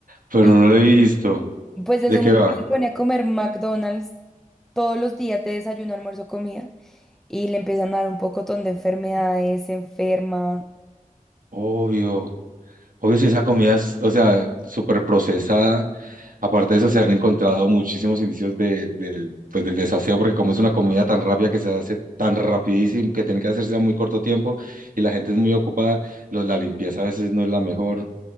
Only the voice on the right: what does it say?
pero
no lo he visto.
¿De
qué
va?
Obvio. Obvio si esa comida es, o sea, súper procesada. Aparte de eso, se han encontrado muchísimos indicios de, del, pues, del desaseo, porque como es una comida tan rápida que se hace tan rapidísimo, que tiene que hacerse a muy corto tiempo y la gente es muy ocupada, lo- la limpieza a veces no es la mejor.